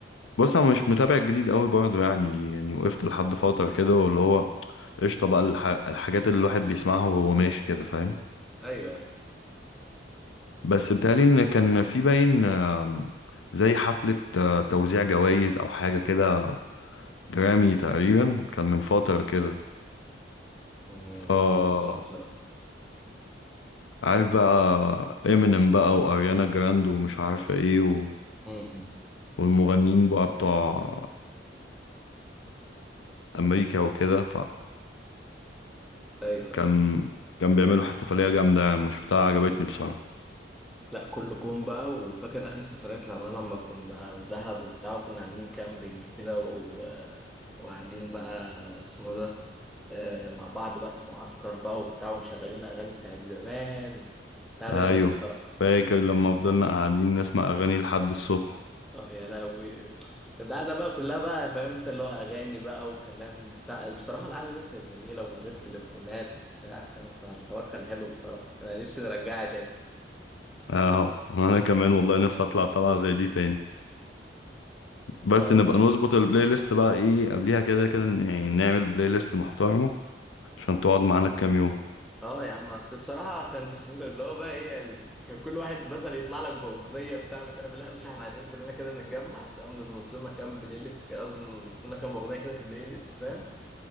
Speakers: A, on the left (about 85°); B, in the centre.
A: بص انا مش متابع الجديد قوي برضه يعني يعني وقفت لحد فتره كده واللي هو قشطه بقى الح... الحاجات اللي الواحد بيسمعها وهو ماشي كده فاهم
B: ايوه ايوه
A: بس بتهيألي ان كان في باين آم، زي حفله آه، توزيع جوائز او حاجه كده جرامي تقريبا كان من فتره كده
B: مم،
A: ف
B: لا ما اعرفهاش بصراحه
A: عارف بقى امينيم بقى واريانا جراند ومش عارفه ايه و...
B: امم
A: والمغنيين بقى بتوع امريكا وكده
B: ايوه
A: فكان
B: ايوه
A: كان بيعملوا احتفاليه جامده يعني ما شفتها عجبتني بصراحه
B: لا كله كوم بقى وفاكر اخر سفرية طلعناها لما كنا دهب وبتاع وكنا عاملين كامبينج كده و... وقاعدين بقى اسمه ده آه، مع بعض بقى في المعسكر بقى وبتاع ومشغلين اغاني بتاعت زمان بتاع ده
A: ايوه
B: جامده بصراحه
A: فاكر لما فضلنا قاعدين نسمع اغاني لحد الصبح
B: اه يا لهوي القعدة بقى كلها بقى فاهم انت اللي هو أغاني بقى وكلام بتاع بصراحة القعدة ديت كانت جميلة ومن غير تليفونات وبتاع فاهم فالحوار كان حلو بصراحة أنا نفسي نرجعها تاني
A: اهو <laughs> انا كمان والله نفسي اطلع طلعه زي دي تاني بس
B: فا
A: نبقى نظبط البلاي ليست بقى ايه قبليها كده كده ن- يعني نعمل بلاي ليست محترمه عشان تقعد معانا كام يوم
B: اه يا عم أصل بصراحة كان <laughs> اللي هو بقى إيه يعني ال- كان كل واحد مثلا يطلع لك بأغنية بتاع مش عارف إيه. لا مش احنا عايزين كلنا كده نتجمع تمام نظبط لنا كام بلاي ليست كده قصدي نظبط لنا كام أغنية كده في البلاي ليست فاهم